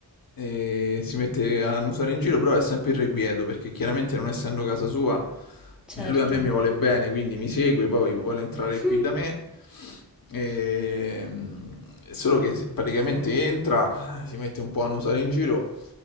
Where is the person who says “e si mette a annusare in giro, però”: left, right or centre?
Left